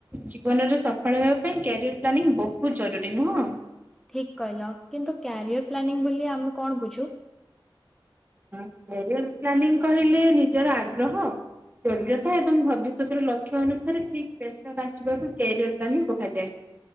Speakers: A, on the right; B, in the centre.
A: ଜୀବନରେ ସଫଳ ହେବା ପାଇଁ କ୍ୟାରିୟର ପ୍ଲାନିଂ ବହୁତ ଜରୁରୀ ନୁହଁ।
B: ଠିକ୍ କହିଲ କିନ୍ତୁ କ୍ୟାରିଅର ପ୍ଲାନିଂ ବୋଲି ଆମେ କଣ ବୁଝୁ।
A: ହଁ କ୍ୟାରିୟର ପ୍ଲାନିଂ କହିଲେ ନିଜର ଆଗ୍ରହ। ଯୋଗ୍ୟତା ଏବଂ ଭବିଷ୍ୟତ ର ଲକ୍ଷ୍ୟ ଅନୁସାରେ ଠିକ୍ ପେସ ସା ବାଛିବାକୁ କ୍ୟାରିୟର ପ୍ଲାନିଙ୍ଗ କୁହାଯାଏ।